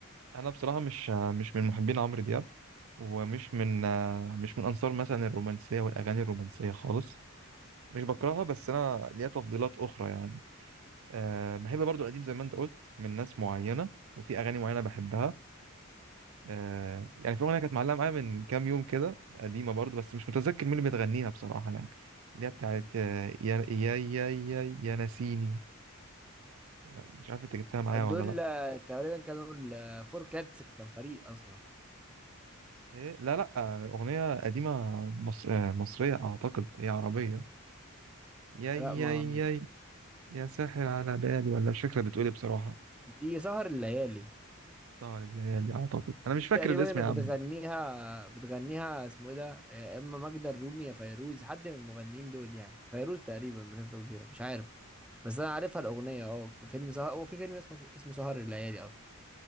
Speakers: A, on the right (about 70°); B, in the centre.
A: انا بصراحة مش مش من محبين عمرو دياب ومش من مش من انصار مثلا الرومانسية والاغاني الرومانسية خالص مش بكرهها بس انا ليا تفضيلات اخرى يعني أه بحب برضو القديم زي ما انت قلت من ناس معينة وفي أغاني معينة بحبها أه يعني في أغنية كانت معلقة معايا من كام يوم كده قديمة برضو بس مش متذكر مين اللي بتغنيها بصراحة يعني اللي هي بتاعت آه، يا يا يا يا يا ناسيني يعني مش عارف انت جبتها معايا
B: دول
A: ولا لا
B: آه، تقريبا كانوا الفور كاتس كان فريق اصلا
A: إيه؟ لا لا آه، أغنية قديمة مص... آه، مصرية أعتقد هي عربية يا
B: لا
A: يا
B: ما
A: يا يا ساحر على بالي ولا مش فاكرة بتقولي بصراحة
B: دي سهر الليالي
A: سهر الليالي أعتقد أنا مش
B: دي
A: فاكر
B: تقريبا
A: الاسم
B: اللي
A: يا
B: بتغنيها
A: عم
B: بتغنيها اسمه ايه ده يا اما ماجدة الرومي يا فيروز حد من المغنيين دول يعني فيروز تقريبا بنسبة كبيرة مش عارف بس انا عارفها الاغنية اه في فيلم سهر هو في فيلم اسمه اسمه سهر الليالي اصلا